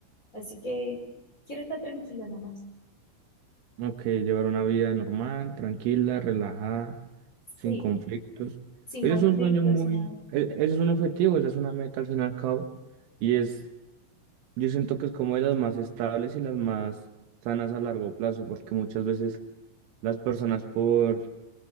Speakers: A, on the left; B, on the right.
A: Así que quiero estar tranquila nomás.
B: Ok, llevar una vida normal, tranquila, relajada, sin
A: Sí,
B: conflictos.
A: sin
B: Ese
A: conflictos,
B: es un sueño muy,
A: sin nada.
B: e- ese es un objetivo, esa es una meta al fin y al cabo. Y es, yo siento que es como de las más estables y las más sanas a largo plazo, porque muchas veces las personas por